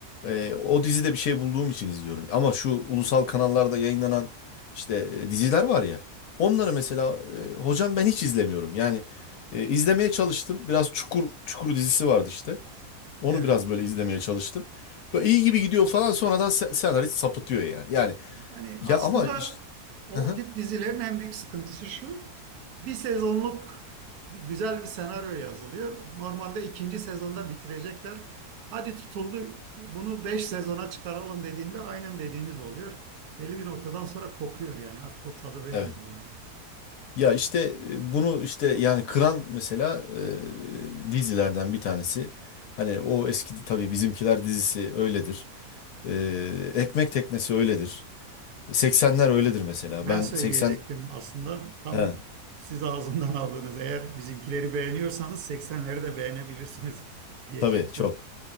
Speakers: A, on the left; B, on the right.
A: e, o dizide bir şey bulduğum için izliyorum. Ama şu ulusal kanallarda yayınlanan işte e, diziler var ya onları mesela e, hocam ben hiç izlemiyorum. Yani e, izlemeye çalıştım. Biraz Çukur Çukur dizisi vardı işte. Onu
B: evet.
A: biraz böyle izlemeye çalıştım. Böyle iyi gibi gidiyor falan sonradan se- senarist sapıtıyor yani. Yani
B: Yani
A: ya
B: aslında
A: ama işte,
B: o
A: <laughs>
B: tip dizilerin en büyük sıkıntısı şu. Bir sezonluk bir güzel bir senaryo yazılıyor. Normalde ikinci sezonda bitirecekler. Hadi tutuldu bunu 5 sezona çıkaralım dediğinde aynen dediğiniz oluyor. Belli bir noktadan sonra kopuyor yani artık o tadı vermiyor
A: Evet.
B: yani.
A: Ya işte e, bunu işte yani kıran mesela e, dizilerden bir tanesi. Hani o eski tabii Bizimkiler dizisi öyledir. E, Ekmek Teknesi öyledir. 80'ler öyledir mesela.
B: Ben
A: Ben
B: söyleyecektim
A: 80
B: aslında tam
A: he,
B: siz ağzından aldınız. Eğer bizimkileri beğeniyorsanız 80'leri de beğenebilirsiniz diyecektim.
A: tabii çok.